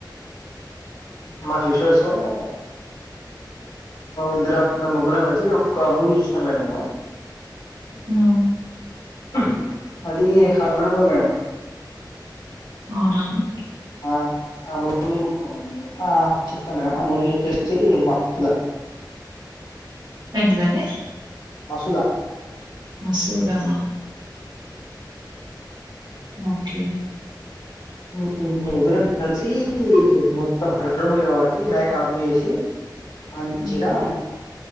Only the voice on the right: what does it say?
హ్మ్.
అవునుఆవును
ఎంటిదండి
మసూదనా ఓకే
హ్మ్.